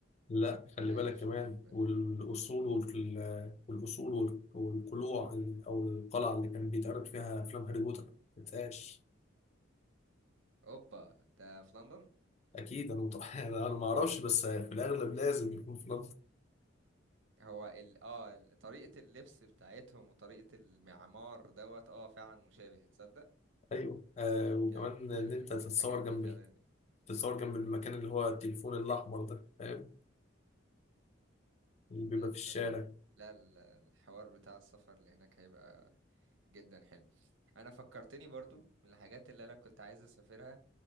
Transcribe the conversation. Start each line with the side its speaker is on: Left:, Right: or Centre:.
Left: لا خلي
Right: عايز
Left: بالك
Right: اشوف
Left: كمان والأصول وال- والأصول وال- والقلوع ال- أو القلعة اللي كان بيتعرض فيها أفلام هاري بوتر ما تنساش
Right: اوبا ده في لندن
Left: أكيد أنا متوقع <laughs> أنا ما أعرفش بس في الأغلب لازم يكون في لندن
Right: هو ال... اه ال- طريقة اللبس بتاعتهم وطريقة المعمار دوت اه فعلا مشابه تصدق
Left: أيوه آه وكمان
Right: كان
Left: إن
Right: آه،
Left: أنت تتصور
Right: الحاجات دي
Left: جنب
Right: فعلا
Left: ال- تتصور جنب المكان اللي هو التليفون الأحمر ده فاهم اللي بيبقى
Right: يا
Left: في
Right: سلام
Left: الشارع
Right: لا ال- الحوار بتاع السفر اللي هناك هيبقى جدا حلو انا فكرتني برضو من الحاجات اللي انا كنت عايز اسافرها